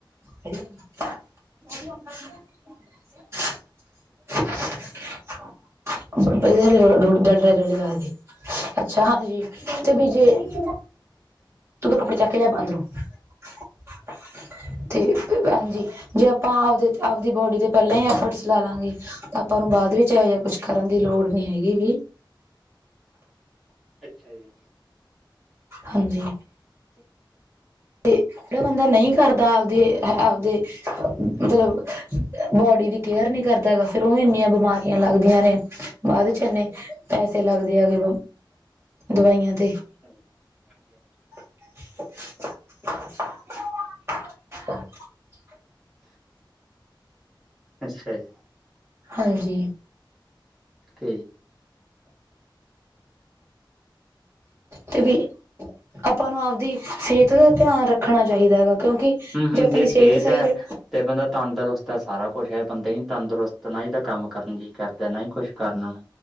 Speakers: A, on the right (about 30°); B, in the centre.
A: <unintelligible> ਦੇ ਰੜਦਾ, ਅੱਛਾ ਹਾਂਜੀ ਤੇ ਵੀ ਜੇ ਤੂੰ ਫਿਰ ਕੱਪੜੇ ਚੱਕ ਕੇ ਲਿਆ ਅੰਦਰੋਂ <unintelligible> ਤੇ ਹਾਂਜੀ ਜੇ ਆਪਾਂ ਆਪਦੇ ਆਪਦੀ ਬੋਡੀ ਤੇ ਪਹਿਲਾਂ ਹੀ ਐਫਰਟਸ ਲਾ ਲਵਾਂਗੇ। ਆਪਾਂ ਨੂੰ ਬਾਅਦ ਵਿੱਚ ਇਹੋ ਜਿਹਾ ਕੁਛ ਕਰਨ ਦੀ ਲੋੜ ਨੀ ਹੈਗੀਗੀ।
B: ਅੱਛਾ ਜੀ
A: ਹਾਂਜੀ, ਤੇ ਜਿਹੜਾ ਬੰਦਾ ਨਹੀਂ ਕਰਦਾ ਆਪਦੇ ਆਪਦੇ ਮਤਲਬ ਬੋਡੀ ਦੀ ਕੇਅਰ ਨੀ ਕਰਦਾ ਹੈਗਾ। ਫੇਿਰ ਉਹ ਇੰਨੀਆਂ ਬਿਮਾਰੀਆਂ ਲੱਗਦੀਆਂ ਨੇ, ਬਾਅਦ ਚ ਇੰਨੇ ਪੈਸੇ ਲੱਗਦੇ ਆਗੇ ਦਵਾਈਆਂ ਤੇ,
B: ਸੀ ਹਾਂਜੀ ਹਾਂਜੀ,
A: <unintelligible>
B: ਅੱਛਾ ਜੀ
A: ਹਾਂਜੀ
B: ਕ
A: ਤੇ, ਵੀ, ਆਪਾਂ ਨੂੰ ਆਪਦੀ ਸਿਹਤ ਦਾ ਧਿਆਨ ਰੱਖਣਾ ਚਾਹੀਦਾ ਹੈਗਾ। ਕਿਉਂਕਿ,
B: ਹਮ ਹਮ
A: ਆਪਣੀ
B: ਜੇ ਸਹਿਤ
A: ਸਿਹਤ ਸਹੀ
B: ਹੈ ਤੇ ਬੰਦਾ ਤੰਦਰੁਸਤ ਹੈ ਸਾਰਾ ਕੁਛ ਹੈ, ਬੰਦਾ ਤੰਦਰੁਸਤ ਨਾ ਹੀ ਤਾਂ ਕੰਮ ਕਰਨ ਲਈ ਕਰਦਾ ਨਾ ਹੀ ਕੁਛ ਕਰਨਾ